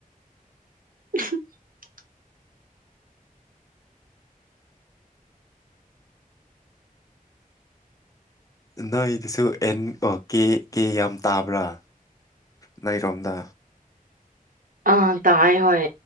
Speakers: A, on the right; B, on the left.
A: <inaudible>
B: ꯅꯣꯏꯗꯁꯨ ꯑꯦꯟ ꯑꯣ ꯀꯦ ꯀꯦ ꯌꯥꯝ ꯇꯥꯕ꯭ꯔꯥ ꯅꯣꯏꯔꯣꯝꯗ
A: ꯑꯥ ꯇꯥꯏ ꯍꯣꯏ